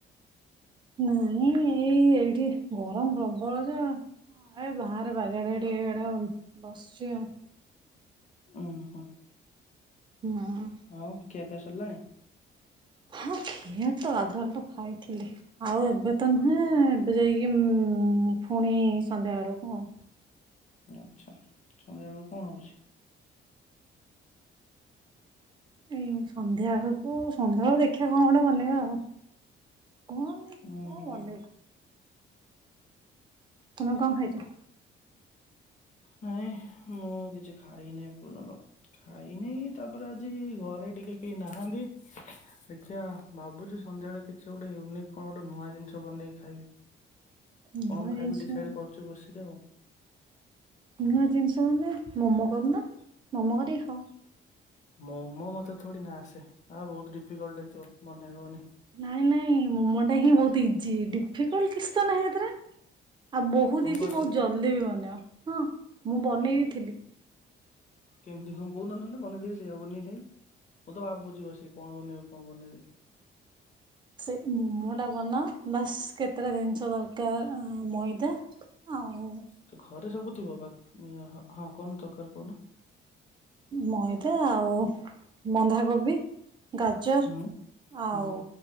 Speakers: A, on the right; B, on the left.
A: ନାଇଁ ଏଇ ଏଇଠି ଗରମ ପ୍ରବଳ ଯେ ଏ ବାହାରେ ବାରିଆଡେ ଟିକେ ୟାଡେ ବସିଛି ଆଉ।
B: ଉଁ ହୁଁ।
A: ହୁଁ
B: ଆଉ କେବ ଖିଆପିଆ ସରିଲାଣି।
A: ହଁ ଖିଆ ତ ଗାଧୁଆଳଠୁ ଖାଇଥିଲି। ଆଉ ଏବେ ତ ନୁହେଁ ଏବେ ଯାଇକି ପୁଣି ସନ୍ଧ୍ୟା ବେଳକୁ ଆଉ।
B: ଆଚ୍ଛା ସନ୍ଧ୍ୟା ବେଳକୁ କଣ ହଉଛି।
A: ଏଇଉ ସନ୍ଧ୍ୟା ବେଳକୁ ସନ୍ଧ୍ୟାବେଳ ଦେଖିଆ କଣ ଗୋଟେ ବନେଇବା ଆଉ। କଣ କ
B: ଉଁ
A: ବନେଇବୁ। ତମେ କଣ ଖାଇଛ?
B: ନାଇଁ ମୁଁ କିଛି ଖାଇନି ଏପର୍ଯ୍ୟନ୍ତ। ଖାଇନି ତାପରେ ଆଜି ଘରେ ଟିକେ କେହି ନାହାଁନ୍ତି। ଦେଖିଆ ଉ ଭାବୁଛି ସନ୍ଧ୍ୟାବେଳେ କି ସେ ଗୋଟେ ୟୁନିକ୍ କଣ ଗୋଟେ ନୂଆ ଜିନିଷ ବନେଇକି ଖାଇବି।
A: ନୂଆ
B: କଣ
A: ଜିନିଷ
B: ଖାଇବି ଡିସାଇଡ କରୁଛି ବସିକି ଆଉ।
A: ନୂଆ ଜିନିଷ ମାନେ ମମୋ କରୁନ। ମମୋ କରିିକି ଖାଅ।
B: ମୋମୋ ମତେ ଥୋଡି ନା ଆସେ। ଆ ବହୁତ ଡିଫିକଲ୍ଟ ହେଇଥିବ। ବନେଇ ହବନି
A: ନାଇଁ ନାଇଁ ମୋମ ଟା ହିଁ ବହୁତ ଇଜି। ଡି ଫିକୁଲ କିଛି ତ ନାହିଁ ଏଥିରେ। ଆଉ ବହୁତ
B: ତମକୁ
A: ହେଇଛି।
B: ଆସେ
A: ବହୁତ ଜଲଦି ବି ବନେବ। ହଁ ମୁଁ ବନେଇ ବିି ଥିଲି।
B: କେମିତି କଣ କହୁନ ନହେଲେ ବନେଇ ଦେବି ସେଇଆ ବନେଇ ଖାଇବି ମୁଁ ତ ଭାବୁଚି ବସିକି କଣ ବନେଇବି କଣ ବନେଇବି।
A: ସେ ମୋମୋ ଟା ବନାଅ ବାସ୍ କେତେଟା ଦରକାର ମଇଦା ଆଉ
B: ତ ଘରେ ସବୁ ଥିବ ବାକି ହଁ କଣ ଦରକାର କହୁନ।
A: ମଇଦା ଆଉ ବନ୍ଧାକୋବି ଗାଜର
B: ହୁଁ
A: ଆଉ
B: ହୁଁ